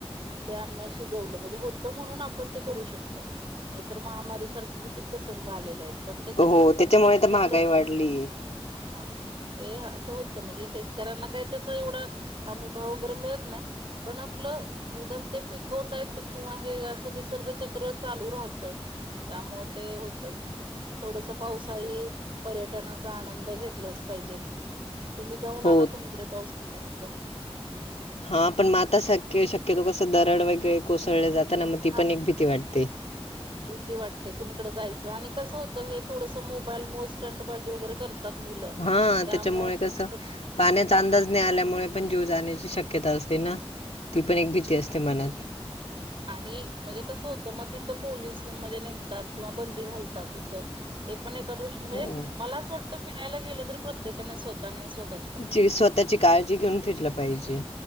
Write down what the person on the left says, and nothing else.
हो,
त्याच्यामुळे त महागाई वाढलीय.
हो
हा पण मग आता स शक्यतो कसं दरड वगैरे कोसळले जातं ना, मग ती
पण एक भीती वाटते.
हा
त्याच्यामुळे कसं पाण्याचा अंदाज नाही आल्यामुळे पण जीव जाण्याची शक्यता असते ना, ती पण एक भीती असते मनात.
हो
ची स्वतःची काळजी घेऊन फिरला पाहिजे.